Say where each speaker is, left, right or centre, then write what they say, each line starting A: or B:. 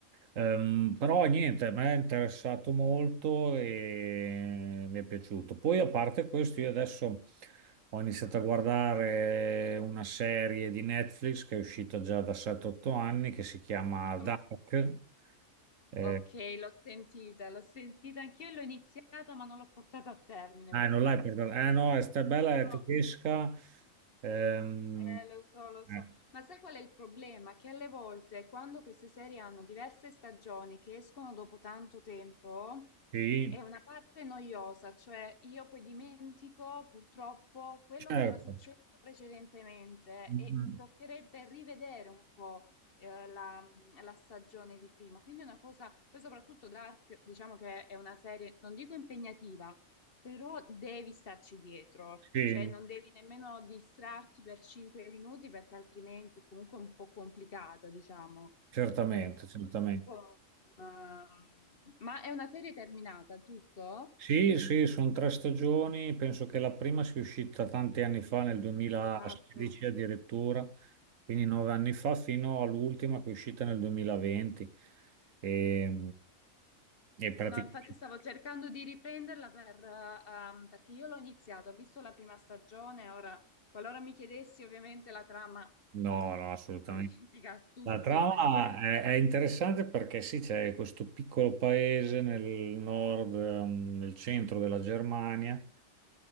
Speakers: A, on the right (about 75°); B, on the left (about 45°).
A: Ehm, però niente, a me è interessato molto e mi è piaciuto. Poi a parte questo, io adesso ho iniziato a guardare una serie di Netflix che è uscita già da 7-8 anni che si chiama Dark.
B: Come-
A: Eh,
B: Ok, l'ho sentita, l'ho sentita anch'io e l'ho iniziata, ma non l'ho portata a termine
A: ah,
B: purtroppo.
A: non l'hai portata. Eh no, è sta bella,
B: No,
A: è tedesca. Ehm,
B: Eh, lo so, lo so,
A: eh,
B: ma sai qual è il problema? Che alle volte quando queste serie hanno diverse stagioni che escono dopo tanto tempo,
A: sì,
B: è una parte noiosa, cioè io poi dimentico purtroppo quello
A: certo.
B: che era successo precedentemente
A: Mm,
B: e
A: mm,
B: mi toccherebbe rivedere un po' eh, la, la stagione di prima. Quindi è una cosa, poi soprattutto Dark, diciamo che è una serie, non dico impegnativa, però devi starci dietro,
A: Sì.
B: cioè non devi nemmeno distrarti per cinque minuti perché altrimenti comunque è un po' complicata, diciamo.
A: Certamente,
B: E
A: certamente.
B: purtroppo, ehm, ma è una serie terminata, giusto?
A: Sì, sì, sono tre stagioni, penso che la prima sia uscita tanti anni fa, nel 2016
B: Esatto.
A: addirittura, quindi nove anni fa, fino all'ultima che è uscita nel 2020. E, e praticamente...
B: No, infatti stavo cercando di riprenderla per, eh, ehm, perché io l'ho iniziato, ho visto la prima stagione, ora qualora mi chiedessi ovviamente la trama
A: No, no, assolutamente.
B: avrei dimenticato tutto
A: La trama
B: perché
A: è, è interessante perché sì, c'è questo piccolo paese nel nord, ehm, nel centro della Germania,
B: ci